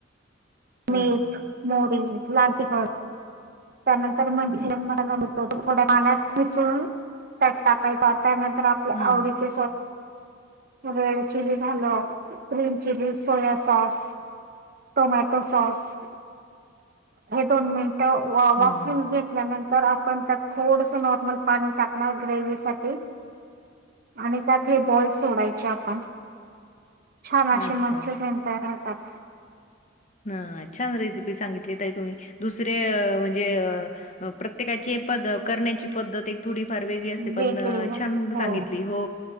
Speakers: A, on the left; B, on the right.
A: हां,
B: मीठ
A: हां.
B: मोरी लागतिक. त्यानंतर मंजयन मत ोड पाण्यात मिसळून त्या टाकाय. त्यानंतर आपल्या
A: हां,
B: आवडीचे
A: हां.
B: रेड चिली झालं green chilli soya sauce. Tomato. सस हे दोन मिनट वाून
A: हं.
B: घेतल्यानंतर तर आपण त्यात थोडंसं नॉर्मल पाणी टाकणार ग्रेवसाठी आणि त्यात हे बॉल सोडायचे आपण छान अे
A: अच्छा.
B: मंचन त राहतात.
A: ह छान रेसिपी सांगितलीत आहे तुम्ही दुसरे अ म्हणजे प्रत्येकाची प करण्याची पद्धत एक थोडी फार वेगळी असते
B: वेगळे
A: पण
B: हो
A: छान सांगितली हो